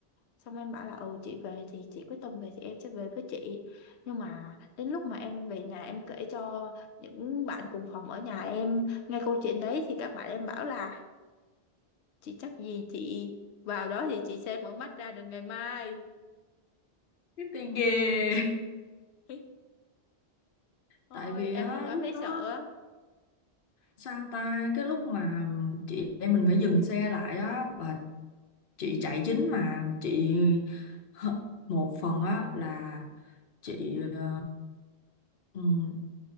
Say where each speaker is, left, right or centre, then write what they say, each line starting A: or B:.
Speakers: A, on the left (about 80°); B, on the left (about 55°).
A: xong em bảo là ừ chị về thì chị quyết tâm về thì em sẽ về với chị nhưng mà đến lúc mà em về nhà em kể cho những bạn cùng phòng ở nhà em nghe câu chuyện đấy thì các bạn em bảo là chị chắc gì chị vào đó thì chị sẽ mở mắt ra được ngày mai
B: Cái đi ghê
A: <laughs> ôi
B: tại vì
A: em
B: á
A: cũng cảm
B: lúc
A: thấy
B: đó
A: sợ á
B: sao ta cái lúc mà chị em mình phải dừng xe lại á và chị chạy chính mà chị hơ- một phần á là chị ờ, ừm,